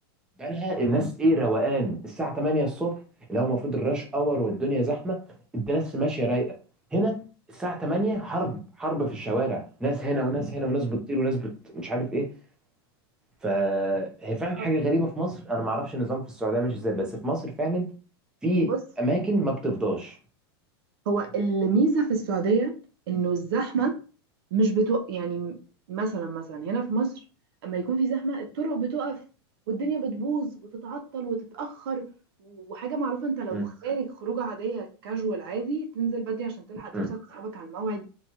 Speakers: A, in the centre; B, on the right.
A: بالها الناس ايه روقان الساعه 8 الصبح اللي هو المفروض الراش اور والدنيا زحمه الناس ماشيه رايقه هنا الساعه 8 حرب حرب في الشوارع ناس هنا وناس هنا وناس بتطير وناس بت... مش عارف ايه فهي فعلا
B: آه.
A: حاجه غريبه في مصر انا ما اعرفش النظام في السعوديه ماشي ازاي بس في مصر فعلا في
B: بص
A: اماكن ما بتفضاش
B: هو الميزة في السعودية إنه الزحمة مش بتوق يعني مثلا مثلا هنا في مصر أما يكون في زحمة الطرق بتقف والدنيا بتبوظ وتتعطل وتتأخر وحاجة معروفة أنت لو
A: امم
B: خارج خروجة عادية كاجوال عادي تنزل بدري عشان تلحق توصل
A: امم
B: لأصحابك على الموعد